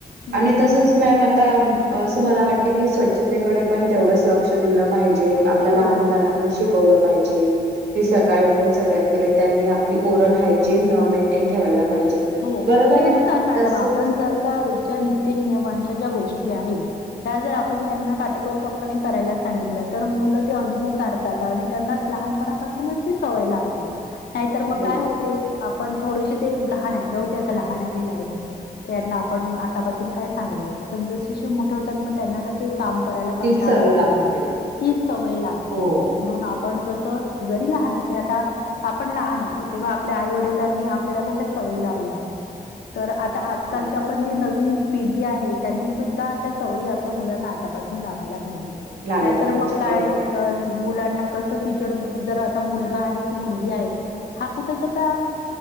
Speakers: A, on the left; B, on the right.
A: हं,
B: आणि तसच
A: हं, हं.
B: मॅम आता अम असं मला वाट त कि स्वच्छतेकडे पण तेवढंच लक्ष दिलं पाहिजे. जे आपल्या लहान
A: हो.
B: मुलांना पण शिकवलं पायजे, की सकाळी उ टून सगळ्यात पले त्यांनी आपली ओरल हायजीन मेंटेन ठेवायला पाहिजे.
A: हो
B: बरोबर
A: मग तेच
B: ना?
A: तर मॅडम
B: तसच
A: आपण जर का रोजच्यानी ते नियमांच्या ज्या गोष्टी आहे त्या जर आपण त्यांना काटेकोरकपणे करायला सांगितल्या तर म मुलं ते अंगिकारतात आणि त्यांनाच लहानपणापासूनच ती सवय लागते. नाही तर मग
B: बरोबर
A: काय होते आपण थोडेशे ते लहाण हाय जाऊ दे आता लहााण हाय बी लाय नाही. त्यांना आपण आतापासून काय सांगायचं पण जसजसे मोठे होतात मग त्यांना ना ते काम करायला कंटाळा
B: तीच सवय
A: येतो
B: लागते.
A: तीच सवय लागते
B: हो.
A: म्हणून आपण क तर जरी लहान असते आता आपण लहाण होतो तेव्हा आपल्या आई वडिलांनी आपल्याला कशा सवयी लावल्या. <inaudible> तर आता आजकालच्या
B: हो.
A: पण जे नव नवीन पिढी आहे त्यांनी सुद्धा अशा सवयी आपल्या मुलांना आतापासून लावायला पाहिजे
B: लावायला
A: नाहीतर
B: पाहिजे
A: मग काय
B: बरोबर.
A: अल मुला <inaudible> कच किचड म जर आता मुलगा आहे की मुलगी आहे हा कुठच आता